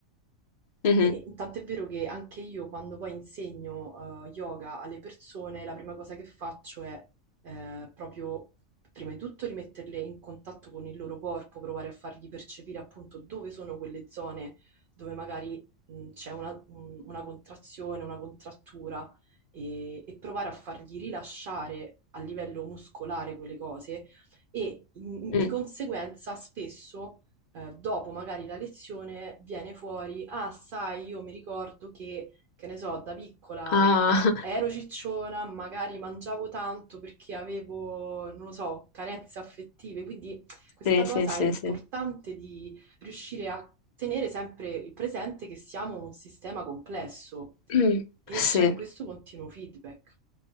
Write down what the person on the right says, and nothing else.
E tant'è vero che anche io quando poi insegno eh, yoga alle persone, la prima cosa che faccio è eh, proprio, prima di tutto, rimetterle in contatto con il loro corpo, provare a fargli percepire appunto dove sono quelle zone dove magari mh, c'è una, mh, una contrazione, una contrattura e, e provare a fargli rilasciare a livello muscolare quelle cose e mh,
di conseguenza spesso eh, dopo magari la lezione viene fuori, ah, sai, io mi ricordo che, che ne so, da piccola
ero
cicciona, magari mangiavo tanto perché avevo, non lo so, carenze affettive, quindi questa
cosa
è importante
di riuscire a tenere sempre il presente che siamo un sistema complesso
e
c'è questo continuo feedback.